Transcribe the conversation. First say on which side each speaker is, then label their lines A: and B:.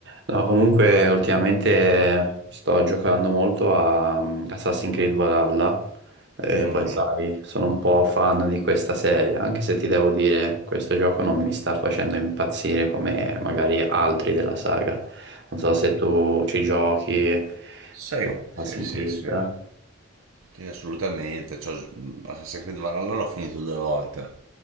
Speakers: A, on the right (about 55°); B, on the right (about 90°).
A: No, comunque ultimamente sto giocando molto a um, Assassin's Creed Valhalla e
B: Mhm.
A: poi sai, sono un po' fan di questa serie, anche se ti devo dire, questo gioco non mi sta facendo impazzire come magari altri della saga. Non so se tu ci giochi,
B: Sì,
A: ti giochi Assassin's
B: sì, sì,
A: Creed.
B: sì,
A: eh?
B: Sì, assolutamente. Cioè, Assassin's Creed Valhalla l'ho finito due volte.